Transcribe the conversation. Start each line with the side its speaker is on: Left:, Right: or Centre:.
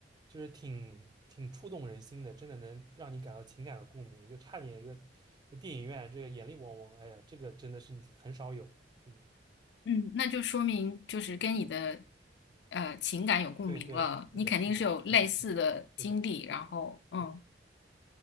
Right: 就是挺挺触动人心的，真的能让你感到情感的共鸣，就差点就在电影院这个眼泪汪汪，哎呀，这个真的是很少有。嗯，
Left: 嗯，那就说明就是跟你的呃情感有共鸣了，
Right: 对对，是的，
Left: 你肯定是有类似的经历，
Right: 是的，很不错，是的，
Left: 然后嗯。
Right: 对